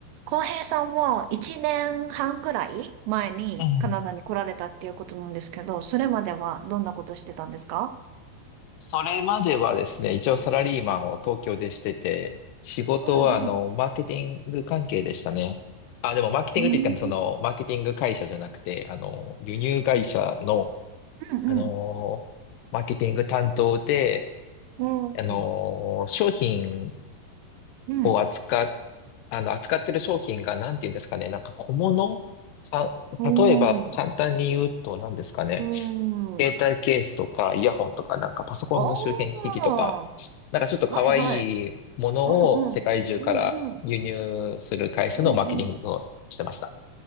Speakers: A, on the right (about 80°); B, on the left (about 80°).
A: 浩平さんは1年半ぐらい前にカナダに来られたっていうことなんですけど、
B: うん。
A: それまではどんなことしてたんですか
B: それまではですね、一応サラリーマンを東京でしてて、仕事はあの、
A: うんうん。
B: マーケティング関係でしたね。あ、でもマーケティングって言ってもその、
A: うんうん
B: マーケティング会社じゃなくて、あの、輸入会社の、
A: うんうん
B: あのーマーケティング担当で、
A: うんうん
B: あのー商品
A: うんうん
B: を扱っ、あの、扱ってる商品が何て言うんですかね、なんか小物か、
A: うん
B: 例えば簡単に言うと何ですかね。
A: うん
B: 携帯ケースとか、イヤホンとか、なんかパソコンの周辺機器とか、
A: おー
B: なんかちょっと可愛いものを世界中から輸入する会社のマーケティングをしてました。
A: はいはい。うんうんうんうんうんうん。